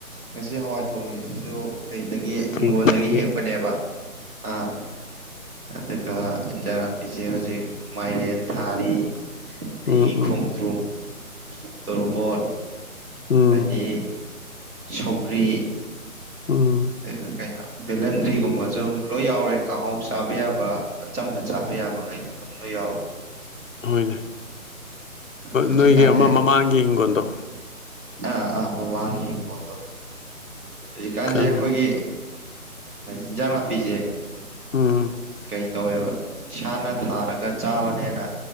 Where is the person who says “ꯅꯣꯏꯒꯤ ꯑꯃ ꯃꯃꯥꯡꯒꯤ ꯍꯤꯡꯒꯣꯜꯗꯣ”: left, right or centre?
Left